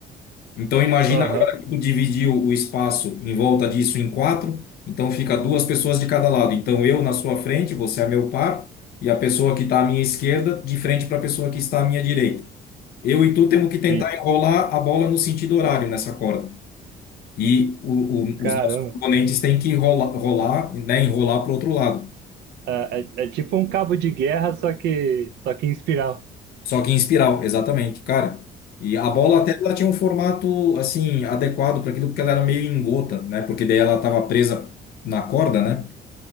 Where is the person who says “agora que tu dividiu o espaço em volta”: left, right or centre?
Left